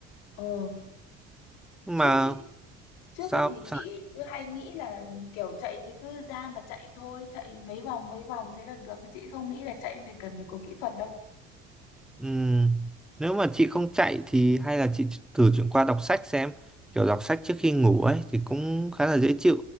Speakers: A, on the left; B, in the centre.
A: ờ
B: nhưng
A: trước
B: mà
A: cái trước
B: sao
A: cái thì
B: sao
A: chị cứ hay nghĩ là kiểu chạy thì cứ ra mà chạy thôi chạy mấy vòng mấy vòng thế là được chị không nghĩ là chạy phải cần phải có kỹ thuật đâu
B: Ừm, Nếu mà chị không chạy thì hay là chị thử chuyển qua đọc sách xem kiểu đọc sách trước khi ngủ ấy thì cũng khá là dễ chịu